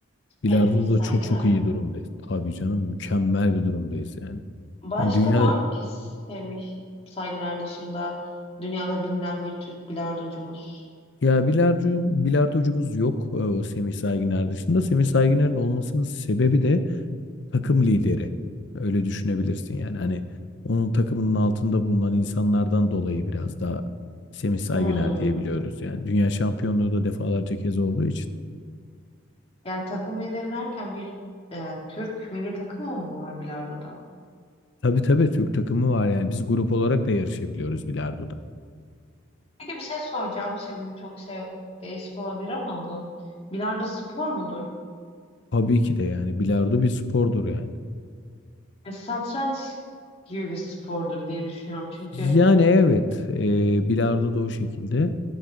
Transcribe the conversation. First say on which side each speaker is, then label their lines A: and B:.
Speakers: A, on the left; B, on the left.
A: bilardo'da
B: Emir Saygın
A: da çok çok
B: abi.
A: iyi durumdayız. Tabii canım mükemmel bir durumdayız yani.
B: Başka
A: Hani dünya
B: var mı ki Semih Saygıner dışında dünyada bilinen bir Türk bilardocumuz?
A: ya bilardo bilardocumuz yok. e, O Semih Saygıner dışında. Semih Saygıner'in olmasının sebebi de takım lideri. Öyle düşünebilirsin yani. Hani onun takımının altında bulunan insanlardan dolayı biraz daha Semih Saygıner
B: Hmm.
A: diyebiliyoruz. Yani dünya şampiyonluğu da defalarca kez olduğu için.
B: Yani takım lideri derken bir e, Türk milli takımı mı var bilardoda?
A: Tabii tabii Türk takımı var yani. Biz grup olarak da yarışabiliyoruz bilardoda.
B: Peki bir şey soracağım şimdi çok şey değişik olabilir ama bu. Bilardo spor mudur?
A: Tabii ki de yani bilardo bir spordur yani.
B: E, satranç gibi bir spordur diye düşünüyorum. Çünkü
A: Yani evet e, bilardo da o şekilde